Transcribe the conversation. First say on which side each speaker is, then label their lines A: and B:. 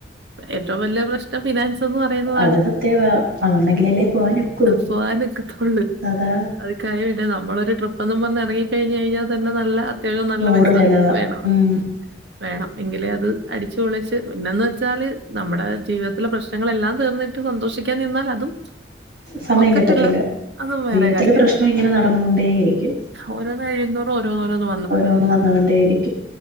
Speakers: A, on the right (about 70°); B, on the right (about 55°).
A: ഏറ്റവും വല്യ പ്രശ് നം ഫിനാൻസ്ന്ന് പറയുന്നതാണ്.
B: അത് സത്യവാ അതുണ്ടെങ്കിലല്ലേ പോവാൻ ഒക്കൂ
A: ഫോവാനൊക്കെത്തൊള്ളു.
B: അതാ
A: അത് കയ്യെൻണ്ടെ, നമ്മളൊരു ട്രിപ്പെന്നും പറഞ്ഞ് എറങ്ങി കഴിഞ്ഞെഴിഞ്ഞാ തന്നെ നല്ല അ ത്യാവശ്യം നല്ല
B: നൂറ്
A: പൈസ
B: ചെലവാ
A: വേണം.
B: ഉം
A: വേണം എങ്കിലെഅത് അടിച്ചുപൊളിച് ച്ച് പിന്നന്ന് വെച്ചാല് നമ്മുടെ ജീവിതത്തിലെ പ്രശ്നങ്ങളെല്ലാം തീർന്നിട്ട് സന്തോഷിക്കാൻ നിന്നാൽ അതും
B: സമയം
A: ഒക്കത്തില്ല
B: കിട്ടത്തില്ല.
A: അതും വേറെ
B: ജീവിതത്തിലെ
A: കാര്യം
B: പ്രശ്നം ഇങ്ങനെ നടന്നുകൊണ്ടേയിരിക്കും.
A: ഓരോന്ന് കഴിയുന്തോറും ഓരോന്നോരോന്ന്
B: ഓരോന്ന് വന്ന് ന്നോണ്ടേ ഇരിക്കും.